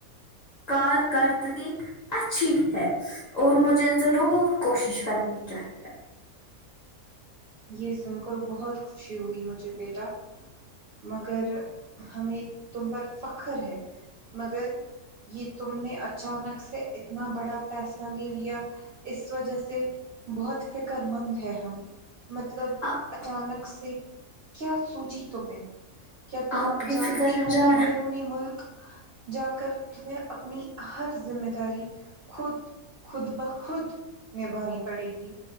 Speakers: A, on the left; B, on the right.
A: کارکردگی اچھی ہے اور مجھے ضرور کوشش کرنی چاہیے
B: یہ سن کر بہت خوشی ہوئی مجھے بیٹا مگر ہمیں تم پر فخر ہے مگر یہ تم نے اچانک سے اتنا بڑا فیصلہ لے لیا اس وجہ سے بہت فکر مند ہے ہم مطلب
A: آ-
B: اچانک سے کیا سوچی تم نے کیا تم
A: آپ کی
B: جانتی
A: فکر
B: ہو
A: جا
B: کہ بیرونی ملک جا کر تمیں اپنی ہر ذمہ داری خود خود بخود نبھانی پڑے گی